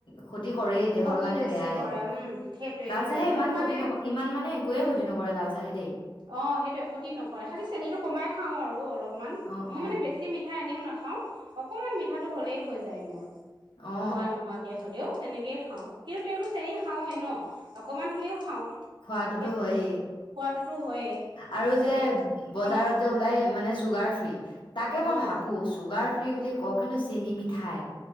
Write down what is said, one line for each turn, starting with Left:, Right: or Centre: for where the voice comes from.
Left: ক্ষতি কৰেই দেহৰ
Right: ক্ষতি
Left: কাৰণে
Right: বেছি
Left: বেয়াইে।
Right: কৰে উম সেইটোয়ে
Left: লাল
Right: সেইটোয়ে
Left: চাহে ইমান
Right: মোক
Left: ক্ষতি
Right: মানে
Left: নকৰে ইমান মানে একোৱে
Right: উম
Left: ক্ষতি নকৰে লাল চাহে দেই
Right: অ সেইটো এ ক্ষতি নকৰে। খালি চেনটো কমাই খাও আৰু অলপমান,
Left: অ
Right: মোৰ
Left: অ
Right: মানে বেছি মিঠাই এনেও নাখাওঁ। খাওঁ অকমান মিঠাটো হ'লেই হৈ যায় মোৰ।
Left: অ
Right: হোৱা নোহোৱাকে হলেও। তেনেকেই খাওঁ, কিন্তু তেওঁতো চেনি খাওৱে ন। অকমান হ'লেও খাওঁ।
Left: খোৱাতোতো
Right: সেইটোৱে
Left: হয়েই
Right: খোৱাটোতো হয়েই
Left: আৰু যে
Right: একে
Left: বজাৰত
Right: অ
Left: যে ওলাই মানে। ছুগাৰ ফ্ৰী তাকে মই
Right: অ
Left: ভাবো চুগাৰ ফ্ৰী বুলি কওঁ কিন্তু চেনি মিঠাই।